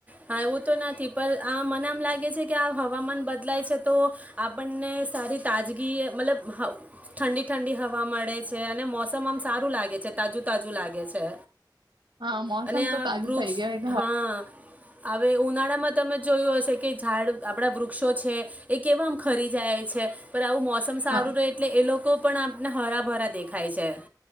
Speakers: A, on the right (about 20°); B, on the right (about 80°).
A: હા એવું તો નથી પણ આ મને આમ લાગે છે કે આ હવામાન બદલાય છે તો આપણને સારી તાજગી મતલબ ઠંડી ઠંડી હવા મળે છે, અને મોસમ આમ સારું લાગે છે તાજું તાજું લાગે છે.
B: હા મોસમ
A: અને આ
B: તો તાજુ
A: વૃક્ષ
B: થઈ ગઈ.
A: હા હવે ઉનાળામાં તમે જો જોયું હશે કે ઝાડ આપડા વૃક્ષો છે, એ કેમ ખરી જાય છે. આવું મોસમ સારું
B: હા
A: રહે એટલે એ લોકો પણ આપને હરાભરા દેખાય છે.